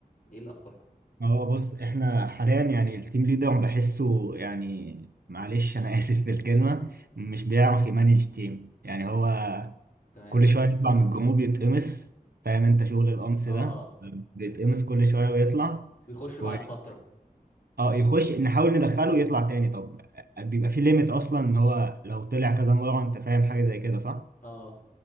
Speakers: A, on the left; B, on the right.
A: ايه اللي اخركم
B: اه بص احنا حاليا يعني التيم ليدر بحسه يعني معلش انا <laughs> اسف في الكلمه مش بيعرف يمانج تيم يعني هو
A: تمام
B: كل شويه يطلع من الجروب يتقمص فاهم انت شغل القمص
A: اه
B: ده بيتقمص كل شويه ويطلع
A: ويخش بعد
B: و...
A: فترة
B: اه يخش نحاول ندخله ويطلع تاني طب بيبقى في ليميت اصلا ان هو لو طلع كذا مره انت فاهم حاجه زي كده صح؟
A: اه